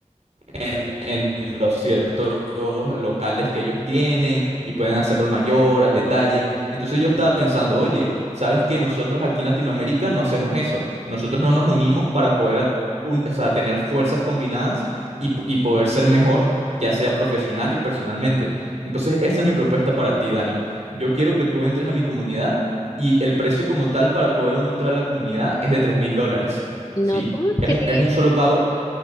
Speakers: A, on the right (about 65°); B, on the left (about 25°).
A: en, en los ciertos locales que ellos tienen y pueden hacerlo al mayor, al detalle. Entonces yo estaba pensando, oye, ¿sabes que Nosotros aquí en Latinoamérica no hacemos eso. Nosotros no nos unimos para poder un- o sea, tener fuerzas combinadas y, p- y poder ser mejor, ya sea profesional y personalmente. Entonces esa es mi propuesta para ti, Dani. Yo quiero que tú entres a mi comunidad y el precio como tal para poder uno entrar a la comunidad es de tres mil dólares,
B: No,
A: ¿sí?
B: ¿cómo
A: Es
B: crees?
A: un, es un solo pago